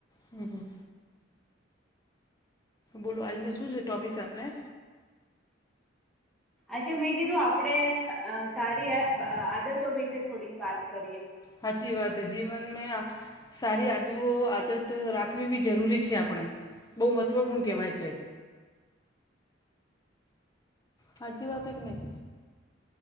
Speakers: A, on the left; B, in the centre.
A: હમ હમ બોલો આજને શું છે ટોપિકસ આપણે
B: અચ્છે મેં કીધું આપણે સારી આદતો વિશે થોડીક વાત કરીએ
A: સાચી વાત હ જીવન મે સારી આદવઓ આદત રાખવી બી જરૂરી છે આપણે બહુ મહત્ત્વપૂર્ણ કહેવાય છે હાચી વાત કે નહી